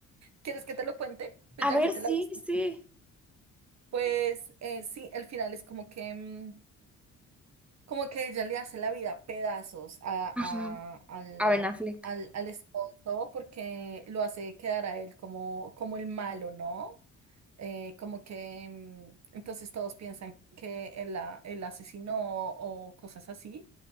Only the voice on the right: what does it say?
¿Quieres que te lo cuente? Pues
ya
que te
la viste.
Pues eh, sí, el final es como que, mm, como que ella le hace la vida a pedazos a,
a- al,
ah,
al, al esposo porque lo hace quedar a él como, como el malo, ¿no? Eh, como que mm, entonces todos piensan que él la, él la asesinó o cosas así,